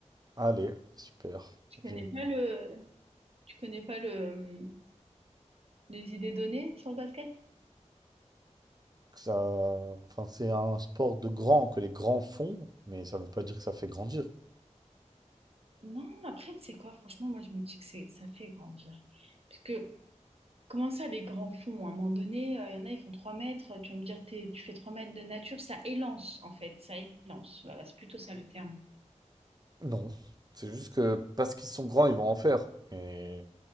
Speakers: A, on the right (about 30°); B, on the right (about 50°).
A: Allez, super.
B: Tu connais
A: J'aime
B: pas
A: bien
B: le... Tu connais pas le... hum, les idées données sur le basket?
A: que ça... Enfin, c'est un sport de grands que les grands font, mais ça ne veut pas dire que ça fait grandir.
B: Non, après, tu sais quoi, franchement, moi, je me dis que c'est ça fait grandir. Parce que Comment ça, les grands fonds? À un moment donné, euh, il y en a, ils font 3 mètres. Tu vas me dire, t'es- tu fais 3 mètres de nature, ça élance, en fait. Ça élance. Voilà, c'est plutôt ça le terme.
A: Non. C'est juste que parce qu'ils sont grands, ils vont en faire. Et